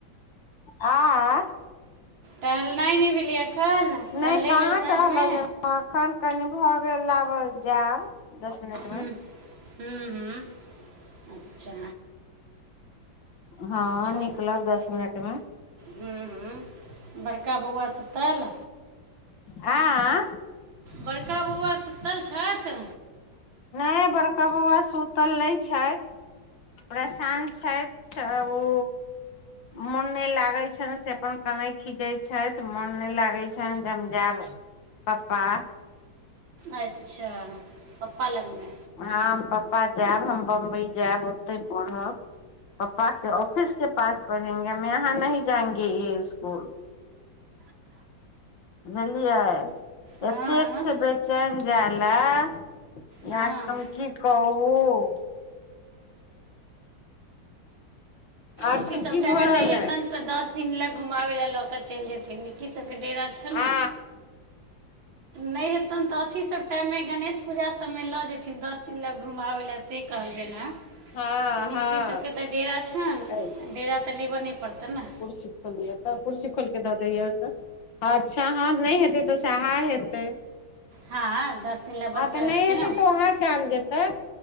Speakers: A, on the left (about 75°); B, on the right (about 80°).
A: आ
B: टहलनाय नै भेलैया एखन। टहलै
A: नै कहाँ
B: लेल साँझमे
A: टहलऽ गेल अखऽन कनि भऽ गेल लाब जाब दस मिनटमे।
B: हूँ हूँ हूँ अच्छा
A: हँ
B: छोट
A: निकलब दस मिनटमे
B: हूँ हूँ बड़का बौआ सुतल
A: आँ
B: बड़का बौआ सुतल छथि
A: नै बड़का बौआ सुतल नै छथि प्रशान छैथ त ओ मोन नै लागै छनि से अपन कनै खीजै छथि मोन नै लागै छनि जे हम जैब पपा
B: अच्छा पप्पा लगमे
A: हम पप्पा जायब हम बम्बई जायब ओतै पढ़ब पप्पा के ऑफिस के पास पढ़ेंगे हम यहाँ नही जाएंगे ए इस्कुल बुझलियै
B: हँ
A: एतेक छै बेचैन जाए लए जे
B: हँ
A: आहाँ के हम की कहूँ आर
B: अथी
A: सब
B: सबटाइम
A: की भऽ
B: मे
A: रहल
B: नै हेतैन
A: है
B: तऽ दस दिन लग घुमाबै लए लऽ के चलि जेथिन निक्की सब के डेरा छैन
A: आ
B: ने नै हेतैन तऽ अथी सब टाइममे गणेश पूजा सबमे लऽ जेथिन दस दिन लए घुमाबै लए से कहलियैन हें
A: हँ
B: निक्की
A: हँ
B: सबके तऽ डेरा छैन
A: अ
B: डेरा त लेब नै पड़तैन ने
A: कुर्सी खोल दिय तऽ कुर्सी खोलके दऽ दिय तऽ अच्छा हँ नै हेतै तऽ सहा हेतै
B: हँ दस दिन लए बच्चा
A: हँ तऽ नै
B: छै
A: हेतै
B: ने
A: तऽ वहाए कैएल जेतै